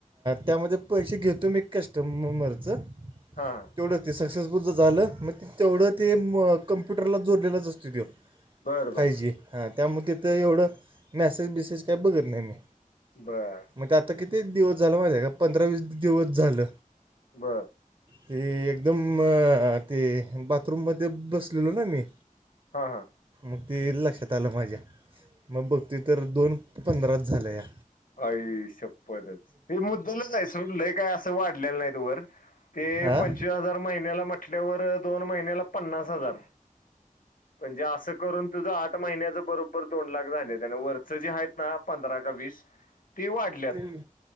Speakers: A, on the right (about 35°); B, on the left (about 75°).
A: त्यामध्ये पैसे घेतो मी कस्टमरच
B: हा हा
A: तेवढ ते सक्सेस. तुझ झाल मग तेवढ ते म कम्प्युटरला जोडलेलाच असतो त्यो.
B: बर
A: फाय
B: बर
A: जी हा त्यामुळे तिथ एवढ मॅसेज बिसेज काही बघत नाही मी.
B: बर.
A: मग ते आता किती दिवस झाला माझा का पंधरा वीस दिवस झाल.
B: बर.
A: ते एकदम अ ते बाथरूममध्ये बसलेलो ना मी.
B: हा हा.
A: मग ते लक्षात आल माझ्या मग बघतेय तर दोन पंधराच झाल्या या.
B: आई शप्पदच ते मुद्दलच आहे सोडलंय काय अस वाढलेल नाही त वर. ते
A: हां
B: पंचवीस हजार महिन्याला म्हटल्यावर दोन महिन्याला पन्नास हजार. म्हणजे अस करून तुझ आठ महिन्याच बरोबर दोन लाख झाले आन वरच जे आहेत ना पंधरा का वीस.. तीवाट..
A: हम,